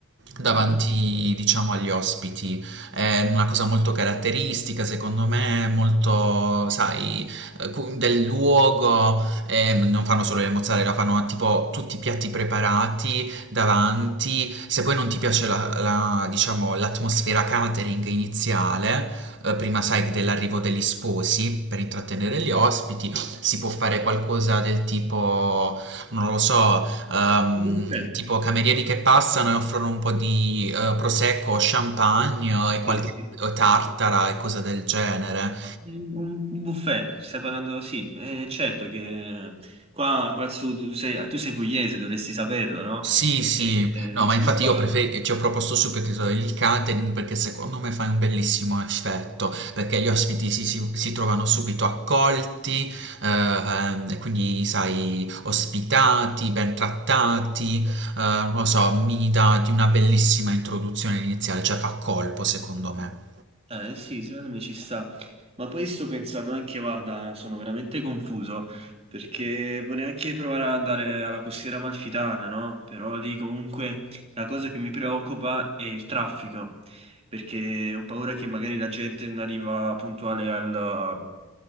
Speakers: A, on the right; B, on the right.
A: davanti,
B: No.
A: diciamo, agli ospiti. È una cosa molto caratteristica, secondo me, molto, sai, eh, cu- del luogo. E non fanno solo le mozzarella, fanno tipo tutti i piatti preparati davanti. Se poi non ti piace la, la- diciamo, l'atmosfera catering iniziale, eh, prima sai dell'arrivo degli sposi per intrattenere gli ospiti, si può fare qualcosa del tipo, non lo so, ehm,
B: Buffet.
A: tipo camerieri che passano e offrono un po' di eh, prosecco, champagne eh, e qualche
B: Sì, sì.
A: eh, tartara e cose del genere.
B: Un un buffet, stai parlando? Sì, eh, certo che qua, qua al sud, tu sei, tu sei pugliese, dovresti saperlo, no?
A: Sì, sì,
B: Eh, eh,
A: no, ma
B: sì,
A: infatti
B: qua,
A: io prefe- ci ho proposto subito il catering perché secondo me fai un bellissimo effetto, perché gli ospiti si, si- si trovano subito accolti, eh, ehm, e quindi sai, ospitati, ben trattati, eh, non lo so, mi dà di una bellissima introduzione iniziale, cioè fa colpo secondo me.
B: eh, sì, secondo me ci sta. Ma poi sto pensando anche, guarda, sono veramente confuso, perché vorrei anche provare ad andare alla costiera amalfitana, no? Però lì comunque la cosa che mi preoccupa è il traffico, perché ho paura che magari la gente non arriva puntuale al